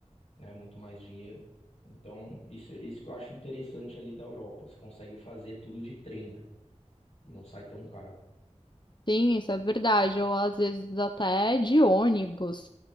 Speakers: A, on the left; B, on the left.
A: né? Muito mais dinheiro. Então, isso, isso que eu acho interessante ali da Europa. Você consegue fazer tudo de trem, né? E não sai tão caro.
B: Sim, isso é verdade. Ou às vezes até de ônibus.